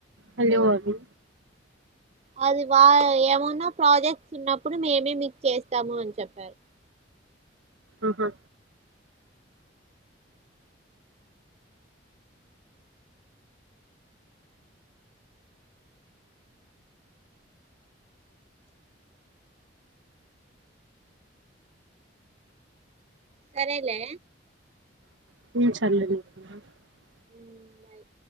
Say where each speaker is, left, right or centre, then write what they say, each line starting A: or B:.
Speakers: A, on the right; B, on the right.
A: హలో అని
B: అది వా ఏమన్నా ప్రాజెక్ట్స్ ఉన్నప్పుడు మేమే మీకు చేస్తాము అని చెప్పారు.
A: ఆహా
B: సరేలే
A: <unintelligible>
B: ఉ బాయ్